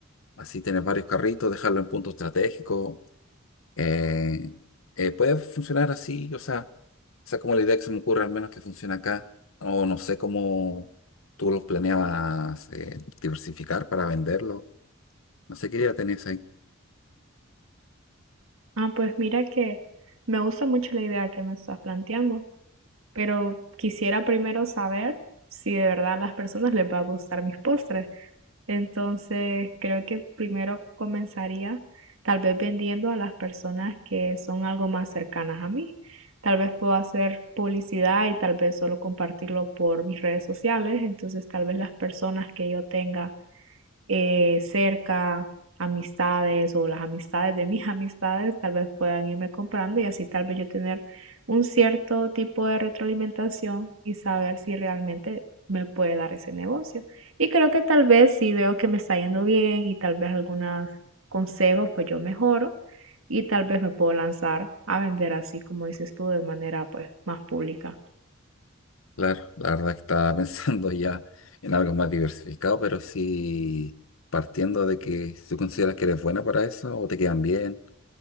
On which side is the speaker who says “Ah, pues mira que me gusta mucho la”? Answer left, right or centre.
Right